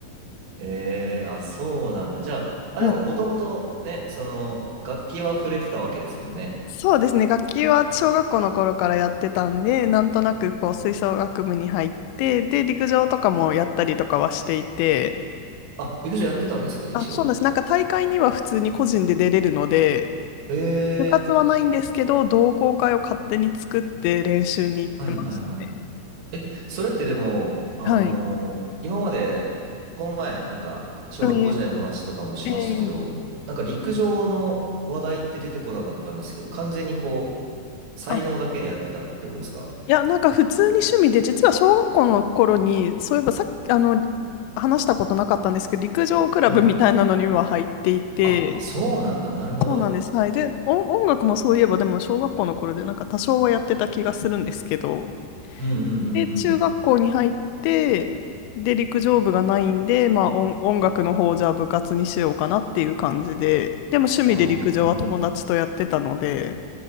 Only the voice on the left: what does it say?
はい、
そうですね。楽器は小学校の頃からやってたんで、なんとなくこう吹奏楽部に入って、で、陸上とかもやったりとかはしていて、
あ、そうなんです。なんか大会には普通に個人で出れるので、
部活はないんですけど、
同好会を勝手に作って練習に行ってましたね。
はい。
うんええええ
あ、いや、なんか普通に趣味で、実は小学校の頃に、そういえばさっき、あの、話したことなかったんですけど、陸上クラブみたいなのには入っていて、
そうなんです。はい。で、音、音楽もそういえば、でも小学校の頃で、なんか多少はやってた気がするんですけど、
で、中学校に入って、で、陸上部がないんで、まあ音、音楽の方をじゃあ部活にしようかなっていう感じで、でも趣味で陸上は友達とやってたので、